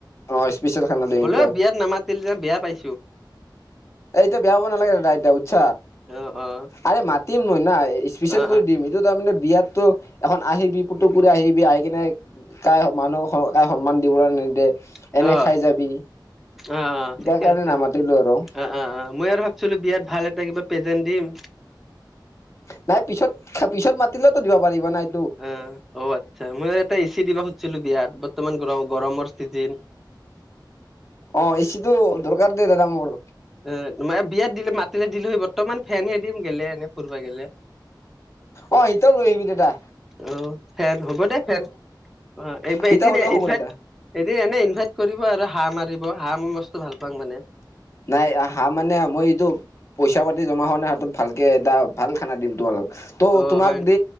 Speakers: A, on the left (about 35°); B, in the centre.
A: অ স্পেচিয়েল খানা দিম
B: হ'লেও
A: ত
B: বিয়াত নামাতিল যে বেয়া পাইছোঁ।
A: এই এতিয়া বেয়া পাব নালাগে দাদা এতিয়া বুইছ
B: অ অ
A: আৰে মাতিম ময় নাই। স্পেচিয়েল
B: অ
A: কৰি দিম এইটো তাৰমানে- বিয়াতো এখন আহিবি পুতুকু আহিব বি আহিবি কিনে কাই মানুহক কাই সন্মান দিবলৈ নিদিয়ে-
B: অ
A: এনে
B: অ
A: খাই যাবি
B: অ অ ঠিকে
A: সেই কাৰণে
B: আছে
A: নামাতিলোঁ আৰু-
B: অ অ অ মই আৰু ভাবিছিলোঁ বিয়াত ভাল এটা কিবা প্ৰেজেন্ট দিম-
A: নাই পিছত পিছত মাতিলেতো দিব পাৰিব নাই- -
B: অ অ আচ্ছা মই আৰু এটা এচি দিবা খুজিছিলোঁ বিয়াত- বৰ্তমান গৰম গৰমৰ চিজন-
A: অ এচিটো দৰকাৰ দেই দাদা মোৰ-
B: এ মানে বিয়াত দিলে মাতিলে দিলো হয় বৰ্তমান ফেনহে দিম গেলে এনে ফুৰিব গেলে-।
A: অ সতিয়াও লৈ আহিবি দেতা-।
B: অ ফেন হ'ব দে ফেন অ এইবাৰ
A: সিটা
B: এদিন
A: হ'লেও হ'ব
B: ইভাইট-।
A: দাদা
B: এদ এনে ইনভাইট কৰিব আৰু হাঁহ মাৰিব হাঁহ মই বস্তু ভাল পাওঁ মানে-।
A: নাই হা মানে মই এইটো পইচা পাতি জমা হোৱা নাই হাতত ভালকে এটা ভাল খানা দিম তোমালোকক- ত'
B: অ
A: তোমাক
B: হয়
A: দি